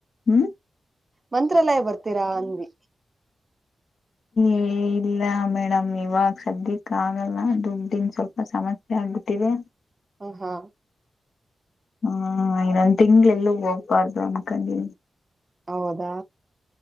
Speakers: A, on the left (about 70°); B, on the right (about 20°).
A: ಹ್ಮ್
B: ಮಂತ್ರಾಲಯ ಬರ್ತೀರಾ ಅನ್ವಿ
A: ಏ ಇಲ್ಲ ಮೇಡಮ್ ಇವಾಗ ಸದ್ಯಕ್ಕ ಆಗಲ್ಲ ದುಡ್ನ್ ಸ್ವಲ್ಪ ಸಮಸ್ಯೆ ಆ ಹಂಗತೇವೆ
B: ಹ ಹಾ
A: ಹ್ಮ ಇನ್ನೊಂದ್ ತಿಂಗಳ ಎಲ್ಲೂ ಹೋಗ್ಬಾರ್ದು ಅನ್ಕೊಂಡೀ
B: ಹೌದಾ